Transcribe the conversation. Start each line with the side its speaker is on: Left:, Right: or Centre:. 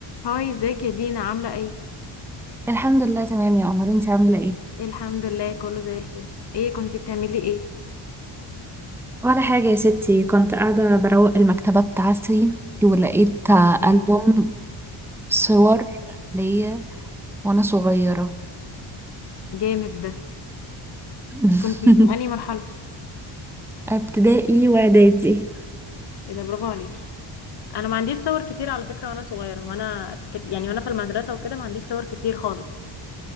Left: هاي ازيك يا دينا عاملة ايه؟
Centre: الحمد لله تمام يا قمر انت عامله ايه
Left: الحمد لله كله زي الفل ايه كنتي بتعملي ايه؟
Centre: ولا حاجه يا ستي كنت قاعده بروق المكتبه بتاعتي ولقيت
Left: اوكي
Centre: ألبوم صور ليا وانا صغيره
Left: جامد ده
Centre: <laughs>
Left: كنتي في انهي مرحلة؟
Centre: ابتدائي واعدادي
Left: ايه ده برافو عليكي انا ما عنديش صور كتير على فكرة وانا صغيرة وانا ك- يعني وانا في المدرسة وكده ما عنديش صور كتير خالص